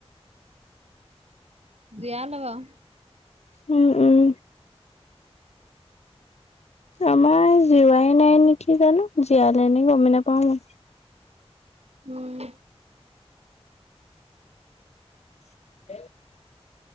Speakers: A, on the right; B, on the left.
A: জীয়া লব
B: উম উম। আমাৰ জিৱাই নাই নেকি জানো জীয়ালে নেকি গমেই নোপাও মই।
A: উম।
B: <unintelligible>